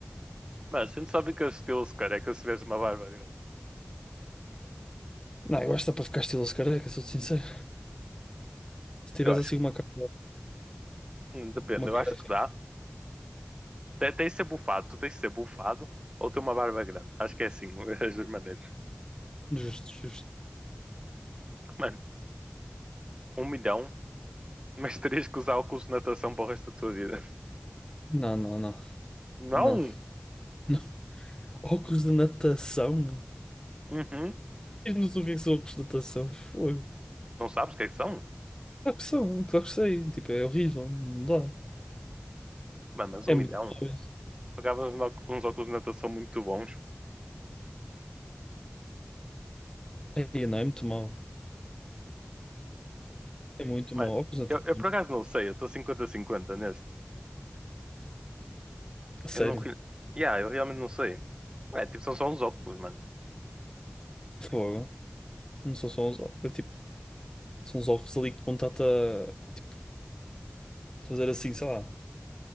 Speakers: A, on the right; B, on the left.
A: Mas a gente só fica estilo-se careca se tivesse uma barba grande.
B: Não, eu acho que dá para ficar estiloso, careca, sou-te sincero. Se tivesse
A: Eu acho,
B: assim
A: que-
B: uma cara.
A: hum, depende,
B: Uma cara
A: eu acho
B: fixe.
A: que dá. Te- Tens de ser bufado, tu tens de ser bufado ou ter uma barba grande. Acho que é assim, <laughs> as duas maneiras.
B: Justo, justo.
A: Mano, um milhão Mas terias que usar óculos de natação para o resto da tua vida.
B: Não, não, não.
A: Não!
B: Não, não. Óculos de natação?
A: Uhum.
B: Diz-nos o que é que são óculos de natação. Fogo.
A: Não sabes o que é que são?
B: Claro que são, claro que sei. Tipo, é horrível. Não dá.
A: Mano, mas um
B: É
A: milhão.
B: muito mau. isso.
A: Pagavas uns óc- uns óculos de natação muito bons.
B: É, não, é muito mau. É muito
A: Mano,
B: mau. Óculos de
A: eu,
B: natação.
A: eu por acaso não sei, eu estou cinquenta a cinquenta neste.
B: A sério?
A: Eu não. re- Yeah, eu realmente não sei. É, tipo, são só uns óculos, mano.
B: Fogo. Não são só uns ovos. é Tipo, são uns ovos ali que vão estar-te a tipo, fazer assim, sei lá.